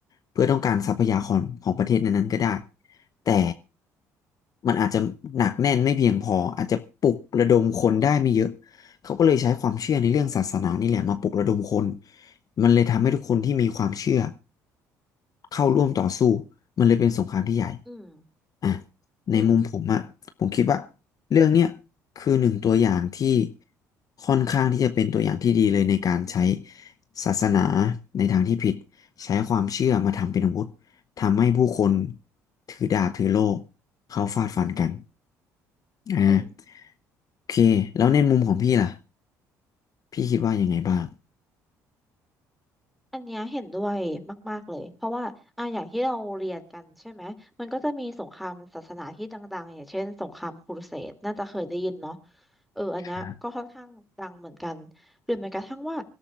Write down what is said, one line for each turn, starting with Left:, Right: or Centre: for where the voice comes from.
Left: เพื่อต้องการทรัพยากรของประเทศนั้นๆก็ได้แต่มันอาจจะหนักแน่นไม่เพียงพออาจจะปลุกระดมคนได้ไม่เยอะเขาก็เลยใช้ความเชื่อในเรื่องศาสนานี่แหละมาปลุกระดมคนมันเลยทำให้ทุกคนที่มีความเชื่อเข้าร่วมต่อสู้มันเลยเป็นสงครามที่ใหญ่
Centre: อืม
Left: อ่ะในมุมผมอะผมคิดว่า
Centre: อืม
Left: เรื่องเนี้ยคือหนึ่งตัวอย่างที่ค่อนข้างที่จะเป็นตัวอย่างที่ดีเลยในการใช้ศาสนาในทางที่ผิดใช้ความเชื่อมาทำเป็นอาวุธทำให้ผู้คนถือดาบถือโล่เขาฟาดฟันกันอ่า
Centre: อืม
Left: โอเคแล้วในมุมของพี่ล่ะพี่คิดว่ายังไงบ้าง
Centre: อันเนี้ยเห็นด้วยมากๆเลยเพราะว่าอ่ะอย่างที่เราเรียนกันใช่ไหมมันก็จะมีสงครามศาสนาที่ดังๆอย่างเช่นสงครามครูเสดน่าจะเคยได้ยินเนาะเอออันเนี้ยก็ค่อนข้างดังเหมือนกันหรือแม้กระทั่งว่า
Left: ครับ